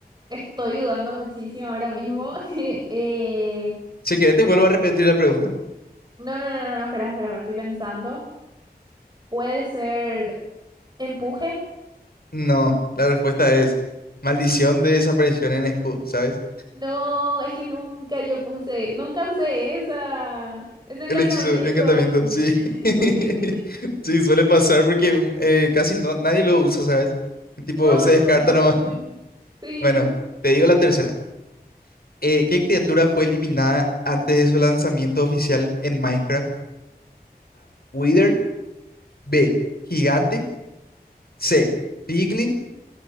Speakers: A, on the right (about 25°); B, on the left (about 65°).
A: estoy dudando muchísimo ahora mismo. <laughs> Eh,
B: Si querés, te vuelvo a repetir la pregunta.
A: No, no, no, no, no, espera, espera, me lo estoy pensando. ¿Puede ser empuje?
B: No, la respuesta es maldición de desaparición en escudos, ¿sabes?
A: No, es que nunca yo puse, nunca usé esa, ese encantamiento.
B: El hechizo, encantamiento, sí.
A: <laughs>
B: <laughs> Sí, suele pasar porque mm, eh, casi no, nadie lo usa, ¿sabes? Tipo,
A: No,
B: se
A: no
B: descarta
A: conozco
B: nomás.
A: yo.
B: <laughs>
A: Sí.
B: Bueno, te digo la tercera. Eh, ¿qué criatura fue eliminada antes de su lanzamiento oficial en Minecraft? Wither, B, gigante. C, piglin.